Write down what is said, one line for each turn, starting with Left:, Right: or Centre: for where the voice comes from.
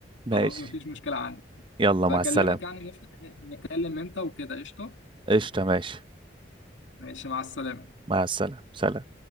Right: ماشي
Left: خلاص ما فيش مشكلة عندي
Right: يلا
Left: بكلمك
Right: مع السلامه
Left: يعني نفتح نتكلم امتى وكده قشطة
Right: قشطه ماشي
Left: ماشي مع السلامة
Right: مع السلامه سلام